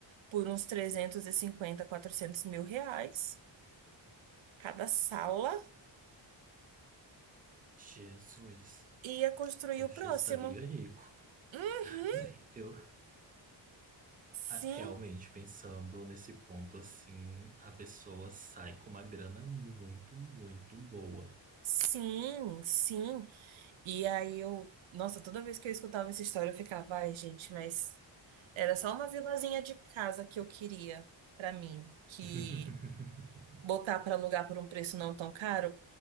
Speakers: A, on the right; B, on the right.
A: por uns trezentos e cinquenta 400 mil reais, cada sala,
B: Jesus,
A: e ia construir
B: eu
A: o
B: já
A: próximo.
B: estaria rico.
A: Uhum,
B: <laughs> Eu
A: sim,
B: ah, realmente pensando nesse ponto assim, a pessoa sai com uma grana muito, muito boa.
A: sim, sim. E aí eu, nossa, toda vez que eu escutava essa história, eu ficava, ai, gente, mas era só uma vilazinha de casa que eu queria pra mim, que
B: <laughs>
A: botar para alugar por um preço não tão caro,